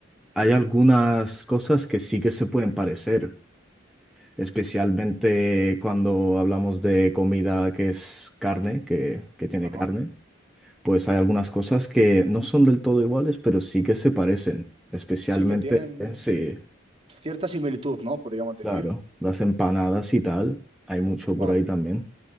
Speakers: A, in the centre; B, on the right.
A: hay algunas cosas que sí que se pueden parecer, especialmente cuando hablamos de comida que es carne, que, que tiene
B: ajá.
A: carne. Pues hay algunas cosas que no son del todo iguales, pero sí que se parecen. Especialmente,
B: Sí que tienen
A: eh, sí,
B: cierta similitud, ¿no? Podríamos decir.
A: claro, las empanadas y tal. Hay mucho
B: Vale.
A: por ahí también.